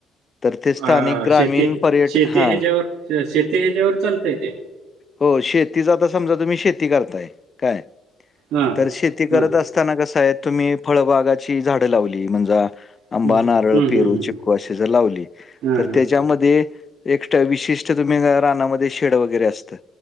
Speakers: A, on the left; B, on the right.
A: तर ते स्थानिक
B: अ
A: ग्रामीण
B: शेती
A: पर्यटक
B: शेती
A: हा
B: ह्याच्यावर शेती ह्याच्यावर चालतय ते
A: हो शेतीचा आ समजा तुम्ही शेती करताय काय
B: हा हा
A: तर शेती करत अस क तुम्ही फळबागाची झाड लावली म्हणजे
B: हम्म
A: आंबा नारळ
B: हम्म
A: पेरू
B: हम्म
A: चिकू असं जर लावली
B: हम्म हा
A: तर
B: हा
A: त्याच्यामध्ये एक ते विशिष्ट तुम्ही रानामध्ये शेड वगैरे असतं.